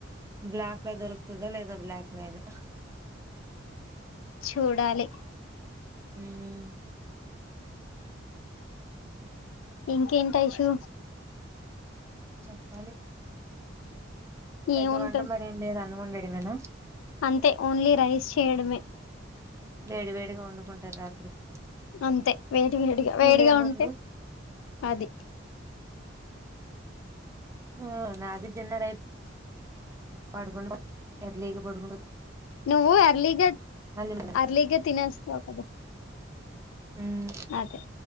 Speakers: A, on the right; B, on the left.
A: బ్లాక్ దొరుకుతదా లేదా బ్లాక్ లైనా
B: చూడాలి
A: హామ్
B: ఇంకేంటి ఐషు
A: చెప్పాలి అయితే
B: ఏముంటది
A: వంట మరి ఏం లేదు అన్న వండేడు ఏమేనా
B: అంతే ఓన్లీ రైస్ చేయడమే
A: వేడి వేడిగా వండుకుంటారు రాత్రికి
B: అంతే వేడి వేడిగా
A: తినే
B: వేడిగా
A: ముందు
B: ఉంటే అది
A: ఆ నాది డిన్నర్ అయి పడుక ఎర్లీగ పడుక
B: నువ్వు అర్లీగా
A: మళ్ళీ
B: అర్లీగా తినేస్తావ్ కదా
A: మ్మ్
B: అదే